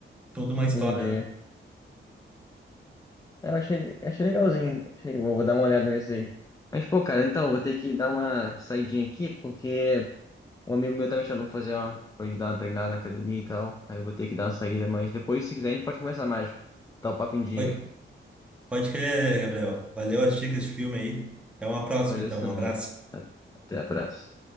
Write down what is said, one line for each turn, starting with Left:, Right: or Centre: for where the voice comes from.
Centre: toda uma história,
Left: Entendi.
Centre: né?
Left: É, Eu achei, achei legalzinho. Achei- vou, vou dar uma olhada nesse aí. Mas, pô, cara, então, vou ter que dar uma saidinha aqui, porque Um amigo meu tá me chamando pra fazer uma, pra gente dar uma treinada na academia e tal. Aí eu vou ter que dar uma saída, mas depois, se quiser, a gente pode conversar mais. Tá o papo em dia.
Centre: Pode, pode crer, Gabriel. Valeu as dicas de filme aí. Até uma próxima,
Left: Valeu
Centre: então.
Left: você também.
Centre: Um abraço.
Left: Até abraço.